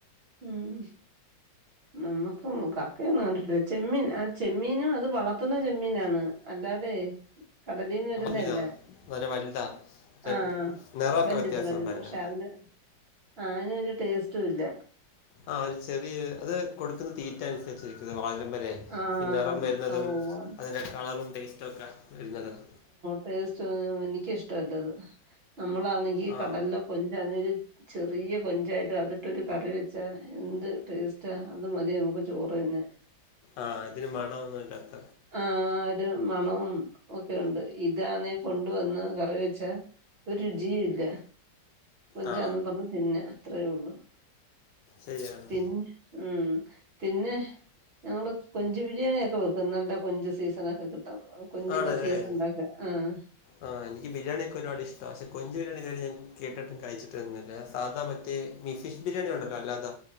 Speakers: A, on the right; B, on the left.
A: ഉം നമ്മക്ക് കക്കയൊന്നും കിട്ടില്ല ചെമ്മീൻ ആ ചെമ്മീനും അത് വളർത്തുന്ന ചെമ്മീനാണ് അല്ലാതെ കടലീന്ന് വരുന്ന
B: മീനാ
A: അല്ല
B: നല്ല വലുതാ മറ്റേ
A: ആഹ്
B: നിറമൊക്കെ
A: വലുത്
B: വ്യത്യാസം
A: വലുത്
B: ഉണ്ടായിരുന്നു
A: പക്ഷെ അതിന് ആ അതിന് വല്യ ടേസ്റ്റും ഇല്ല
B: ആ ഒരു ചെറിയ അത് കൊടുക്കുന്ന തീറ്റ അനുസരിച്ചിരിക്കുന്നത് വാഴം വരെ
A: ആഹ്
B: നിറം വരുന്നതും
A: ഓഹ്
B: അതിന്റെ കളറും ടേസ്റ്റ ഒക്കെ വരുന്നതും
A: ടേസ്റ്റ്എനിക്കിഷ്ടമല്ലത് നമ്മളാണെങ്കി
B: ആ
A: കടലില കൊഞ് ആണെങ്കില് ചെറിയ കൊഞ്ചായത് അതിട്ടൊരു കറി വെച്ചാ എന്ത് ടേസ്റ്റാ അത് മതി നമുക്ക് ചോറ് തിന്നാൻ
B: ആഹ് ഇതിന് മണൊ മെന്നും ഇല്ലാത്ത
A: ആ ഒരു മണവും ഒക്കെ ഉണ്ട് ഇതാ നീ കൊണ്ടുവന്ന് കറി വെച്ചാ ഒരു രുചിയും ഇല്ല കോഞ്ജ്
B: ആ
A: ആണ് എന്നും പറഞ്ഞ തിന്നെ അത്രയേ ഒള്ളു
B: ശരിയാണ്
A: പിന്നെ ഉം പിന്നെ ഞങ്ങള് കൊഞ്ച് ബിരിയാണിയൊക്കെ വെക്കും നല്ല കൊഞ്ച് സീസണൊക്കെ കിട്ടു കൊഞ്ച്ന്റെ
B: ആണല്ലേ
A: സീസണിലെക്കെ ആഹ്
B: ആ എനിക്ക് ബിരിയാണിക്കെ ഒരുപാട് ഇഷ്ട്ടാ പക്ഷെ കൊഞ്ച് ബിരിയാണി ഇത് വരെ ഞാൻ കേട്ടിട്ടും കഴിച്ചിട്ടൊന്നും ഇല്ല സാധ മറ്റേ ഈ ഫിഷ് ബിരിയാണി ഉണ്ടല്ലോ അല്ലാത്ത